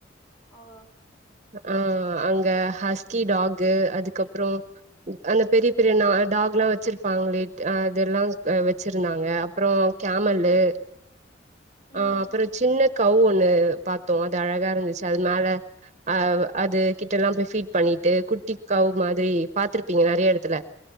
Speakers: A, on the left; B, on the right.
A: ஆமா
B: ஆ அங்க ஹஸ்கி டாகு அதுக்கப் றோம் அந்த பெரிய பெரிய
A: ம்
B: நா டாக்லாம் வச்சிருப்பாங்ளே அதெல்லாம் வச்சுருந்தாங்க அப்றொ கேமலு
A: ம்
B: அ
A: ம்
B: அப்ற சின்ன கவ் ஒண்ணு பாத்தோ அது அழகாருந்துச்சு அதுனால அ அது கிட்டல்லாம் போய் ஃபீட் பண்ணிட் ட்டு குட்டிக்கவ் மாரி பாத்துருப்பீங்க நறைய எடத்துல